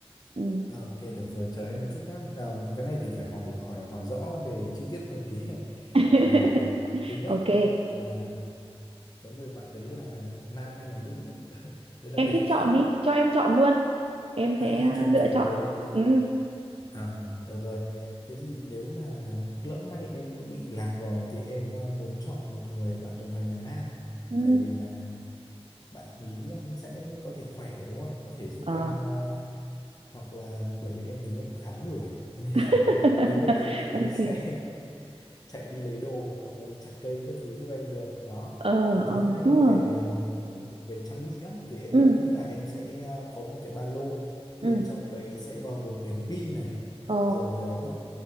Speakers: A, on the right; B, on the left.
A: ừ.
B: ờ, ok được rồi chờ em một chút nhá Ờ, cái này thì phải hỏi hỏi hỏi rõ về chi tiết một tí <laughs> này.
A: <laughs>
B: là thứ nhất
A: ok
B: là cái người bạn đấy là nam hay là nữ <laughs> đấy là
A: em
B: cái
A: thích
B: thứ
A: chọn
B: nhất
A: đi cho em chọn luôn em
B: à
A: sẽ ờ,
B: cho em
A: lựa
B: chọn đồ
A: chọn
B: nghề luôn
A: ừ
B: À, được rồi. Thế thì nếu mà lỡ may em có bị lạc vào thì em ờ, muốn chọn một người bạn đồng hành là nam.
A: ừ
B: Tại vì là bạn ý ừm, sẽ có thể khỏe đúng không? Có thể giúp
A: ờ
B: em ờ, hoặc là bởi vì em tính em khá lười. Thế nên
A: <laughs>
B: là <laughs> nếu được thì bạn ý
A: ok
B: sẽ chạy đi lấy đồ hoặc là đi chặt cây các thứ giúp em được đó
A: ờ
B: cái
A: ờ
B: thứ hai
A: hơ.
B: về um, về trang bị á, thì em
A: ừ
B: nghĩ là em sẽ uh, có một cái ba lô bên
A: ừ
B: trong đấy sẽ bao gồm đèn pin này
A: ờ
B: rồi uh, bộ